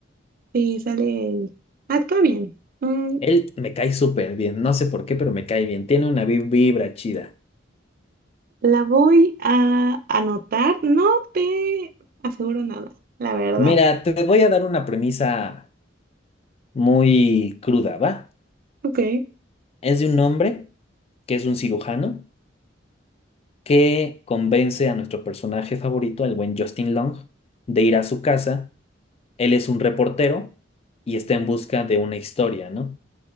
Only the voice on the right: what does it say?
Sí, sale él. Actúa bien. Mm,
la voy a anotar. No te aseguro nada, la verdad.
Ok.